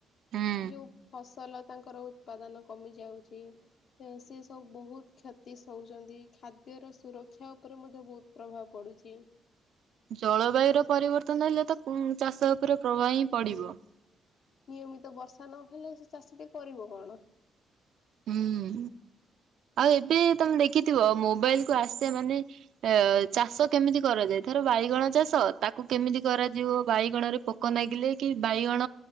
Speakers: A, on the right; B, on the left.
A: ହୁଁ।
B: ଯୋଉ ଫସଲ ତାଙ୍କର ଉତ୍ପାଦନ କମି ଯାଉଛି। ତେଣୁ ସିଏ ସବୁ ବହୁତ କ୍ଷତି ସଉଛନ୍ତି। ଖାଦ୍ୟର ସୁରକ୍ଷା ଉପରେ ମଧ୍ୟ, ବହୁତ ପ୍ରଭାବ ପଡ଼ୁଛି।
A: ଜଳବାୟୁ ର ପରିବର୍ତ୍ତନ ହେଲେ ତ। ଚାଷ ଉପରେ ପ୍ରଭାବ ହିଁ ପଡିବ।
B: ହୁଁ ନିୟମିତ ବର୍ଷା ନହେଲେ, ସେ ଚାଷିଟି କରିବ କଣ?
A: ହୁଁ। ଆଉ ଏବେ ତମେ ଦେଖିଥିବ, ମୋବାଇଲ କୁ ଆସେ, ମାନେ ଏ ଚାଷ କେମିତି କରାଯାଏ। ଧର ବାଇଗଣ ଚାଷ ତାକୁ କେମିତି କରାଯିବ, ବାଇଗଣ ରେ ପୋ କ ଲାଗିଲେ, କି ବାଇଗଣ